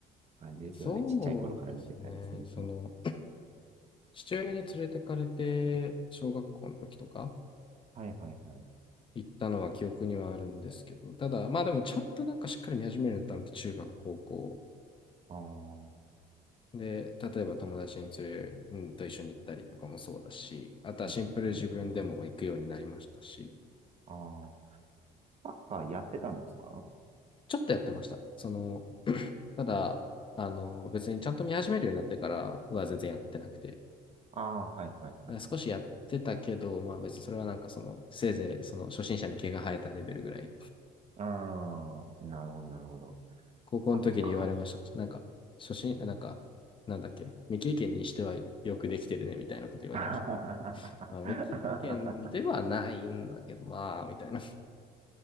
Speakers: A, on the right; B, on the left.
A: 感じですよね。
B: そうですねその
A: ちっちゃい頃から見てたりすると。
B: 父親に連れてかれて、小学校の時とか
A: はいはいはい。
B: 行ったのは記憶にはあるんですけど、ただ、まあでもちゃんとなんかしっかり見始めるようになったのって中学、高校。
A: ああ、は
B: で、例えば友達に連れ、うん、と一緒に行ったりとかもそうだし、あとはシンプルに自分でも行くようになりましたし、
A: いはいはい。ああ、サッカーやってたんですか
B: ちょっとやってました。その、<clears throat> ただ、あの、別にちゃんと見始めるようになってからは全然やってなくて、だ
A: ああ、はいはいはいはい。
B: から少しやってたけど、まあ別にそれはなんかその、せいぜいその初心者に毛が生えたレベルぐらい
A: ああ、なるほどなるほど。
B: 高校の時に言われました。
A: サッカ
B: なんか、初心、なんか、なんだっけ、未経験にしてはよくできてるねみたいなこと言われまし
A: ー。
B: た。まあ、未経験ではないんだけど、
A: <laughs>
B: まあ、みたいな。否